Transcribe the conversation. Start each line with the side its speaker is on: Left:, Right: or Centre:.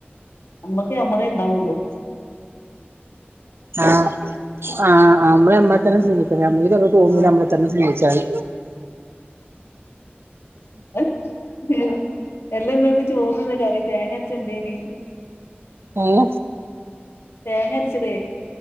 Left: ഞമ്മക്ക് ഞമ്മളന്നെ ഇണ്ടാവോളൂ.
Right: ആ ആ അമ്മള് ഞമ്മളെ തന്നെ സ്നേഹിക്കണം. <unintelligible> തോന്നൂല്ല
Left: ആഹ്
Right: അമ്മളെ തന്നെ സ്നേഹിച്ചാല്.
Left: എൽ ന്തേയോ എല്ലന്തേന്ന് ചോറിന് എന്താ കറി? തേങ്ങരച്ചെന്തേനി?
Right: ങാ
Left: തേങ്ങരച്ചതെ